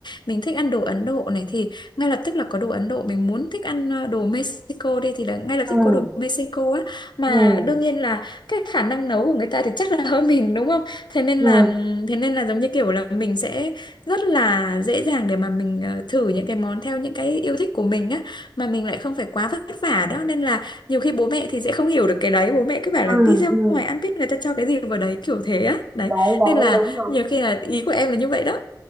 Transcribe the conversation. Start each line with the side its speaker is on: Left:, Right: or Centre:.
Left: mình thích ăn đồ Ấn Độ này thì ngay lập tức là có đồ Ấn Độ mình muốn thích ăn ờ, đồ Mexico đi thì là ngay lập
Right: ừ,
Left: tức có đồ Mexico á mà
Right: ừ, ừ,
Left: đương nhiên là cái khả năng nấu của người ta thì chắc là hơn mình đúng không thế nên
Right: ừ,
Left: là thế nên là giống như kiểu là mình sẽ rất là dễ dàng để mà mình ờ, thử những cái món theo những cái yêu thích của mình á mà mình lại không phải quá vất vả đó nên là nhiều khi bố mẹ thì sẽ không hiểu được cái đấy bố mẹ cứ bảo
Right: ừ,
Left: là đi ra
Right: ừ.
Left: ngoài ăn biết người ta cho cái gì vào đấy kiểu thế á đấy
Right: Đấy, đấy,
Left: nên là
Right: đúng, đúng.
Left: nhiều khi là ý của em là như vậy đó